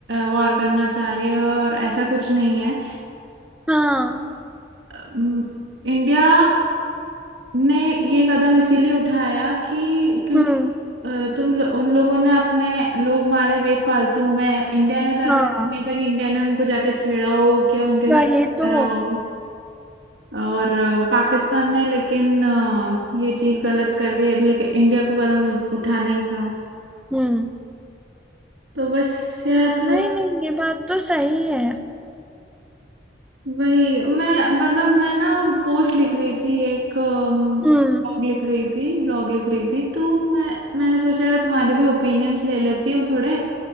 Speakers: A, on the right; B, in the centre.
A: वॉर करना चाह रही है और ऐसा कुछ नहीं है
B: हाँ
A: अम, इंडिया ने ये कदम इसीलिए उठाया कि क्योंकि
B: हम्म
A: अ, तुम लो, उन लोगों ने अपने लोग मारे बेफालतू में इंडिया ने तो ऐसा
B: हाँ
A: कुछ नहीं था कि इंडिया ने उनको जाके छेड़ा हो क्या उनके साथ
B: वही
A: कुछ करा
B: तो
A: हो और अ, पाकिस्तान ने लेकिन अ, ये चीज गलत करके लेकिन इंडिया को कदम उ- उठाना ही था
B: हम्म
A: तो बस यार
B: नहीं नहीं ये बात तो सही है
A: वही मैं मतलब मैं ना पोस्ट लिख रही थी एक ब्लॉग
B: हम्म
A: लिख रही थी ब्लॉग लिख रही थी तो मैं मैंने सोचा तुम्हारे भी ओपिनियंस ले लेती हूँ थोड़े